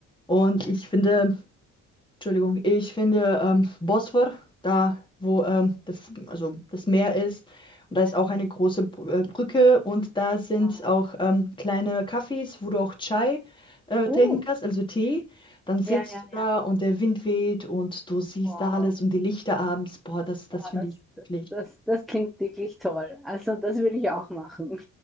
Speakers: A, on the left; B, in the centre.
A: Und ich finde, Entschuldigung, ich finde ähm, Bosphor, da wo ähm, der, F- also das Meer ist, und
B: ja,
A: da ist auch eine große Br- äh, Brücke und da sind
B: wow.
A: auch ähm, kleine Cafés, wo du auch Chai äh,
B: Oh.
A: trinken kannst, also Tee. Dann sitzt
B: Ja, ja,
A: du da
B: ja.
A: und der Wind weht und du siehst
B: Wow.
A: da alles und die Lichter abends. Boah, das, das
B: Wow,
A: finde
B: das,
A: ich wirklich.
B: das, das klingt wirklich toll. Also das würde ich auch machen.